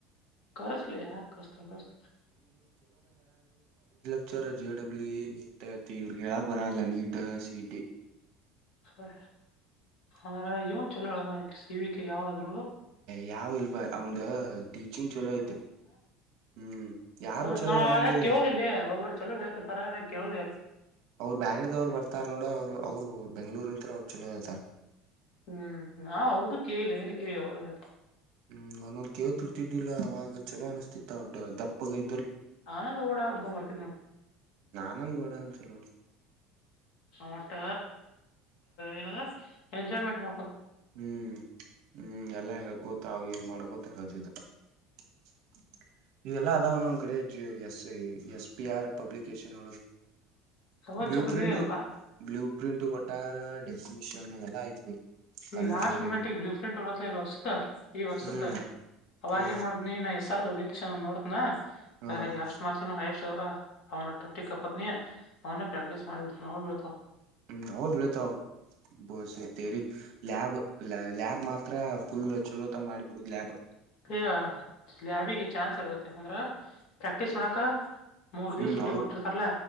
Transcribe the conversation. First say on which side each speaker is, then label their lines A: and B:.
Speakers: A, on the left; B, on the right.
A: ಕಸಲಿ ಯಾರ ಕಷ್ಟತ ಕಷ್ಟತ
B: ಈಚಾರ ಜೆ ಡಬ್ಲ್ಯೂ ನೀಟ್ ಐತಿ ಇವ್ರಗ್ ಹೇಳಕ್ ಬರಲ್ಲ ನೀಟ್ ಸಿ ಈ ಟಿ
A: ಸರಿ ಆದ್ರೆ ಇವಾಗ ಚಲೋ ಸಿವಿಕ ಯಾವ್ರು
B: ಯಾವ್ ಇಲ್ಬ ಅವಂದ ಟೀಚಿಂಗ್ ಚಲೋ ಐತೆ ಹ್ಮ್ ಯಾರು
A: ಅವರು
B: ಚಲೋ
A: ನಾವ
B: ಹೇಳಂಗಗೆ ಇಲ್ಲ
A: ಕೇಳುದಲ್ಲಿ ಒಬ್ಬರು ಚಲೋ ಹೇಳ್ತರ ತರ ನಾ ಕೇಳುದು ಎಲ್
B: ಬ್ಯಾರದವ್ರು ಬರ್ತಾರ ನೋಡ ಅವ್ರು ಅವ್ರು ಬೆಂಗಳೂರು ಇಂತ್ರ ಅವ್ರು ಚಲೋ ಐತಾರ
A: ಹ್ಮ್ ನಾ ಅವ್ರದ್ದು ಕೇಳಿ ಎಲ್ಲಿ ಕೇಳಿ ಅವ್ರದತ
B: ಹ್ಮ್ ಒಂದೊಂದ್ ಕೇವ್ ತುರ್ತಿದ್ದಿಲ್ಲ ಅವವಾಗ ಚಲೋ ಅನಿಸತಿತ್ತಾ ದೊಡ್ಡ ದಪ್ಪಗೈ
A: ಹ ನಂದು ಓಡಬ್ಬ್ ಬರ್ತ ನ
B: ನನ್ ಗೂಡ ಅ ಚಲ
A: ಬಟ್ ಏನದು ಎಜಾಯ್ಮೆಂಟ್ ಬ
B: ಹ್ಮ್ ಹ್ಮ್ ಎಲ್ಲಾ ಹೇಳ್ಕೋತ ಅವ ಇವ್ ಮಾಡ್ಕೊತ ಹೇಳ್ತಿದರು <inaudible> ಇವೆಲ್ಲ ಅದಾವನ್ ಒಂದ್ ಕಡೆ ಜ S S P R publication ಒಳ
A: ಅವಾಗ
B: ಬ್ಲೂ
A: ಚಲೋಲಿಪಾ
B: ಪ್ರಿಂಟ ಬ್ಲೂ ಪ್ರಿಂಟ್ ಕೊಟ್ಟಾರ ಡೆಫಿನಿಷನ್ ಎಲ್ಲ ಆಯ್ತ್ ಬೈ ಕನ್ನಡೊಳಗೆ
A: ಈ ಲಾಸ್ಟ್ ಮುಮೆಂಟ್ಗ್ ಬ್ಲೂ ಫ್ರಿಂಟ್ ಹೊರತ್ತ ಈ ವರ್ಸದ ಈ ವರ್ಸದ್ದ
B: ಹ್ಮ್
A: ಅವಾಗ
B: ಹಾ
A: ಏನ್ ಮಾಡೋ ನೀ ನಾ ಎಸ್ಸರ್ ಬಬ್ಲಿ ನೋಡತನ
B: ಹ್ಮ್
A: ಅದಾಗ ಎಷ್ಟ್ ಮಾಡಾರ್ತಿನ ಎಷ್ಟ್ ಅವ್ರ ಅವನುಟ್ಟತ್ತಿಕ್ಕಕೋತನಿ ಅವನೇ ಪ್ರಾಕ್ಟೀಸ್ ಮಾಡಿ ಬಿಡ್ತಿನಿ ಅವ ಬಿಡತು
B: ಹ್ಮ್ ಹ ಬೆಳತಾವ ಬಸ್ತೇರಿ ಲ್ಯಾಬ್ ಲ್ಯಾಬ್ ಮಾತ್ರ ಫುಲ್ ಚಲೋ ತಾಗ ಮಾಡಿಬಿಡುದು ಲ್ಯಾಬ್
A: ಸ ಲಾಬಿಗೆ ಚಾನ್ಸ್ ಇರ್ತತೆ ಅಂದ್ರ ಪ್ರಾಕ್ಟೀಸ್ ಮಾಡಕ ಮೂರ್ ದಿವ್ಸ
B: ಹ್ಮ್
A: ಸುಟ್ಟಿ
B: ಅವ್ರ
A: ಕೊಟ್ಟಿರ್ತಾರಲ